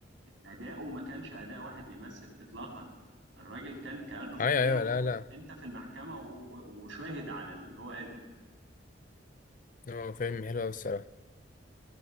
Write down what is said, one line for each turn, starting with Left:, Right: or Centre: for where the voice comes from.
Right: اداؤه ما كانش اداء واحد بيمثل اطلاقا الراجل كان كانه فعلا
Left: ايوه ايوه
Right: هو
Left: لا لا
Right: انت في المحكمه و- و- وشاهد على اللي هو قاله
Left: اه فيلم حلو أوي الصراحة